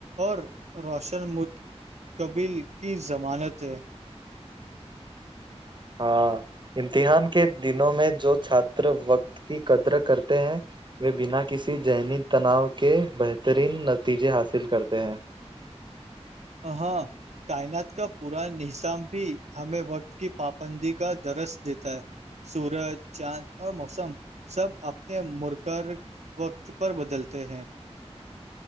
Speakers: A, on the right; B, on the right.
A: اور روشن متقبل کی ضمانت ہے
B: ہاں امتحان کے دنوں میں جو چھاتر وقت کی قدر کرتے ہیں وہ بنا کسی ذہنی تناؤ کے بہترین نتیجے حاصل کرتے ہیں
A: ہاں کائنات کا پا نظام بھی ہمیں وقت کی پابندی کا درس دیتا ہے سورج چاند اور موسم سب مر کر وقت پر بدلتے ہیں